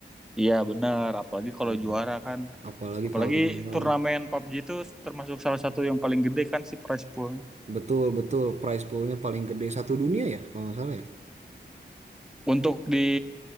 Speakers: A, in the centre; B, on the right (about 40°).
A: Iya benar, apalagi kalau
B: Hmm.
A: juara kan.
B: Apalagi
A: Apalagi
B: kalau bunga
A: turnamen PUBG itu termasuk salah satu yang paling gede kan si prize poolnya.
B: betul betul prize poolnya paling gede satu dunia ya kalau nggak salah ya.
A: Untuk di